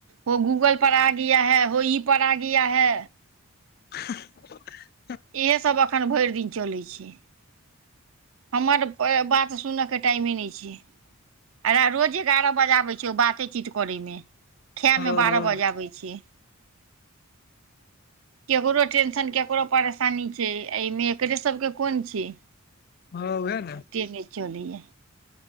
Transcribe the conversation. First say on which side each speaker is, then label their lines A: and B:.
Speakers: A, on the right; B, on the left.
A: हो गूगल पर आ गिया है हो ई पर आ गिया है
B: <unintelligible>
A: एसब अखन भरि दिन चलै छै हमर बात सुनयके टाइमे नहि छै <unintelligible> रोज एगारह बजे आबै छै ओ बातेचीत करैमे खायमे
B: हँ
A: बारह बजाबै छै
B: <inaudible>
A: केकरो टेंशन केकरो परेशानी छै एहिमे एकरे सबके कोन छि
B: हँ ओहै ने <unintelligible>
A: तेने चलेया